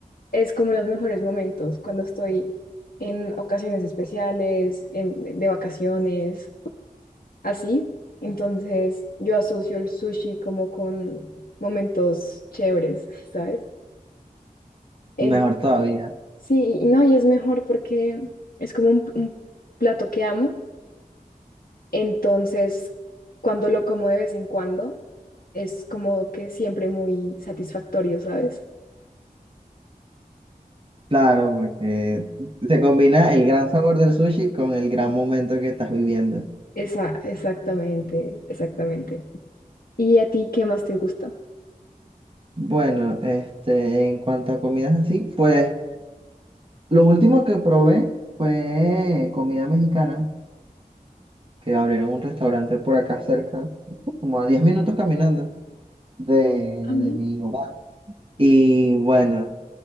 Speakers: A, on the left; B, on the right.
A: es como los mejores momentos, cuando estoy en ocasiones especiales, en- de vacaciones, así. Entonces, yo asocio el sushi como con momentos chéveres, <laughs> ¿sabes? En,
B: Mejor todavía.
A: sí, y no, y es mejor porque es como un, un plato que amo. Entonces, cuando lo como de vez en cuando, es como que siempre muy satisfactorio, ¿sabes?
B: Claro, porque se combina el gran sabor del sushi con el gran momento que estás viviendo.
A: Esa, exactamente, exactamente. ¿Y a ti qué más te gusta?
B: Bueno, este, en cuanto a comidas así, pues lo último que probé fue comida mexicana, que abrieron un restaurante por acá cerca, como a 10 minutos caminando de, de
A: A mí,
B: mi hogar. Y bueno.